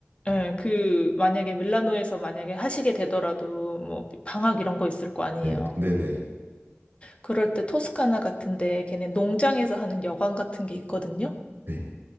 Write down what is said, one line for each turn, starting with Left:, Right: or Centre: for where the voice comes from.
Right: 네.
Left: 예, 그, 만약에 밀라노에서 만약에 하시게 되더라도, 뭐, 방학 이런 거 있을 거 아니에요.
Right: 네, 네네.
Left: 그럴 때 토스카나 같은데, 걔네 농장에서 하는 여관 같은 게 있거든요.
Right: 네.